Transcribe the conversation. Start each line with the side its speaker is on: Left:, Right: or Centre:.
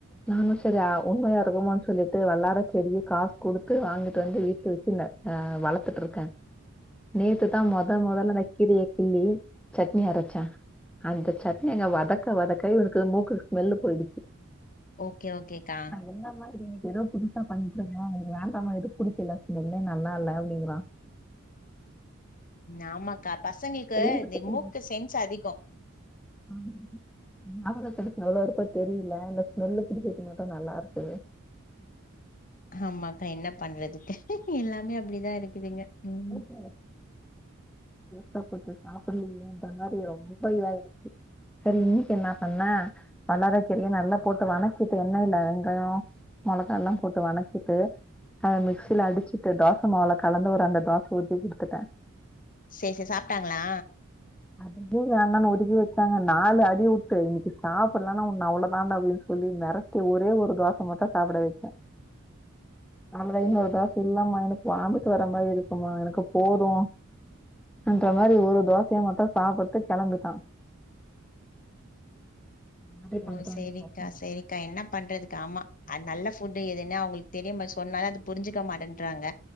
Centre: நானு செரி ஆ உண்மையா இருக்குமான்னு சொல்லிட்டு வல்லார செடிய காசு குடுத்து வாங்கிட்டு வந்து வீட்ல வெ க்குல ஆ வளத்துட் இருக்கே நேத்துதா மொத மொதல்ல அந்த கீரைய கிள்ளி சட்னி அரச்சே அந்த சட்னி நா வதக்க வதக்க எனக்கு மூக்கு ஸ்மெல்லு போயிடுச்சு
Left: ஓகே ஓகேக்கா
Centre: என்ன மா இது நீங்க ஏதோ புதுசா பண்ணிட்டு இருக்க இது வேண்டாமா இது புடிக்கல ஸ்மெல்லே நல்லா இல்ல அப்டிங்குறா
Left: ஆமாக்கா பசங்களுக்கு
Centre: செய்யறதுக்கு
Left: இந்த மூக்கு சென்ஸ் அதிகொ
Centre: ஆமா ம் அவளுக்கடுத்து எவளோ இருக்கோ தெரியல இந்த ஸ்மெல்லு குடிக்கிறதுக்கு மட்டு நல்லா இருக்குது
Left: ஆமாக்கா என்ன பண்றதுக்கா எல்லாமே அப்டிதா இருக்குது இங்க ம்
Centre: <inaudible> சாப்பிட்ரியா இல்லயான்ற மாரி ரொம்ப இதாயிருச்சு செரி இன்னைக்கு என்ன பண்ண வல்லார கீரைய நல்லா போட்டு வணக்கிட்டு எண்ணெய்ல வெங்காய மெளகாலா போட்டு வணக்கிட்டு அத மிக்சில அடிச்சுட்டு தோச மாவுல கலந்து ஒரு ரெண்டு தோச ஊத்தி குடுத்துட்டே
Left: சேரி சேரி சாப்ட்டாங்ளா
Centre: அதும் கீர வேண்டானு ஒதுக்கி வச்சாங்க நாலு அடி வுட்டு இன்னைக்கு சாப்பிட்லனா உன்ன அவ்வளோதான்டா அப்டின்னு சொல்லி மெரட் டி ஒரே ஒரு தோச மட்டு சாப்புட வெச்சே அவனே இன்னொரு தோச இல்லாம எனக் வாமிட் வர மாரி இருக்குமா எனக்கு போது அந்த மாரி ஒரு தோசைய மட்டு சாப்புட்டு கெளம்பிட்டா அப்டி
Left: ஓ
Centre: பண்றாங்க
Left: சேரிக்கா
Centre: பசங்க
Left: சேரிக்கா என்ன பண்றதுக்கா‌ ஆமா ஆ நல்ல ஃபுட்டு் எதுன்னு அவ்ங்களுக்கு தெரிய மாட் சொன்னாலு அத புரிஞ்சுக்க மாட்டேன்றறாங்க